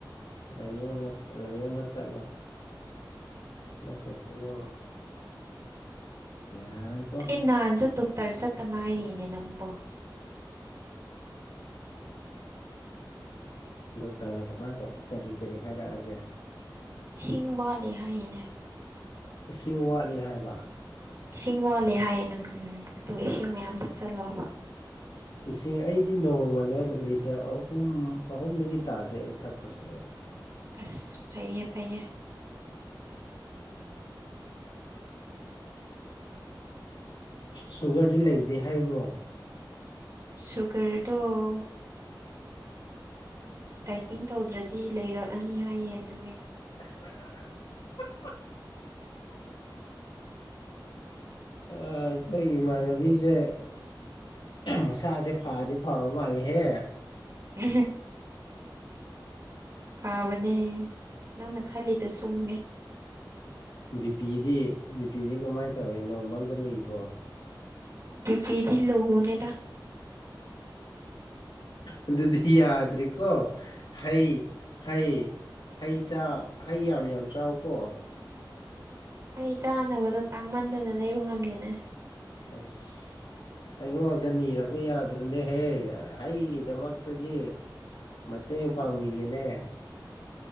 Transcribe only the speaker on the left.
ꯂꯩꯌꯦ ꯂꯩꯌꯦꯕꯁ ꯆꯠꯂꯣ ꯅꯠꯇꯔꯗꯤ ꯅꯪ ꯌꯥꯔꯣꯏꯀꯣ
ꯗꯣꯛꯇꯔꯅ ꯀꯒ ꯀꯔꯤ ꯀꯔꯤ ꯍꯥꯏꯔꯛꯑꯒꯦ
ꯏꯁꯤꯡ ꯋꯥꯠꯂꯤ ꯍꯥꯏꯕ
ꯏꯁꯤꯡ ꯑꯩꯗꯤ ꯅꯣꯡꯃꯗ ꯂꯤꯇꯔ ꯑꯍꯨꯝ ꯑꯍꯨꯝꯗꯒꯤ ꯇꯥꯗꯦ ꯑꯩ ꯊꯛꯄꯁꯦ
ꯁꯨꯒꯔꯗꯤ ꯂꯩꯗꯦ ꯍꯥꯏꯕ꯭ꯔꯣ
<inaudible> ꯑꯩꯈꯣꯏ ꯏꯃꯥꯟꯅꯕꯤꯁꯦ ꯃꯁꯥꯁꯦ ꯐꯗꯤ ꯐꯕ ꯃꯥꯜꯂꯤꯍꯦ
ꯕꯤ ꯄꯤꯗꯤ ꯕꯤꯄꯤꯤꯗꯤ ꯀꯃꯥꯏꯅ ꯇꯧꯋꯦ ꯅꯣꯔꯃꯦꯜꯗ ꯂꯩꯕ꯭ꯔꯣ
ꯑꯗꯨꯗꯤ ꯌꯥꯗ꯭ꯔꯤꯀꯣ ꯍꯩ ꯍꯩ ꯍꯩ ꯍꯩ ꯌꯥꯝ ꯌꯥꯝ ꯆꯥꯎꯀꯣ
ꯑꯁ ꯑꯩꯉꯣꯟꯗ ꯅꯤꯔꯛꯄ ꯌꯥꯗ꯭ꯔꯣꯅꯦꯍꯦ ꯑꯩꯒꯤꯗꯃꯛꯇꯗꯤ ꯃꯦ ꯌꯦꯡ ꯄꯥꯎꯝꯒꯦꯅꯦ